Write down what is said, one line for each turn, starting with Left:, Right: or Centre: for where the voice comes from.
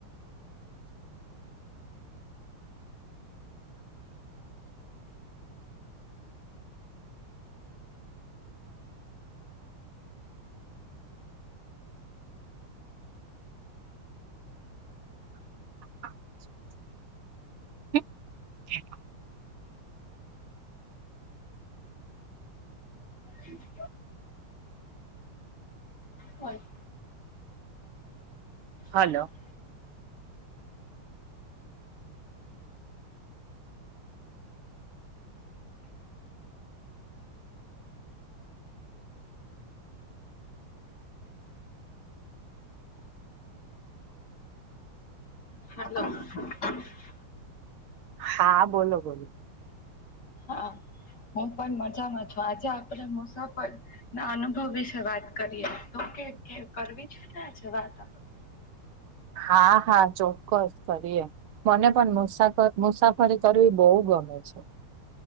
Right: <inaudible>
Left: હ. હોય‌.
Right: હલો
Left: હોય. મતલબ.
Right: હા, બોલો બોલો.
Left: હા, હું પણ મજામાં છું આજે આપડે મુસાફર ના અનુભવ વિશે વાત કરીએ તો કે કરવી છે ને આજે વાત આપણે?
Right: હા હા, ચોક્કસ કરીએ મને પણ મુસાફર મુસાફરી કરવી બો ગમે છે.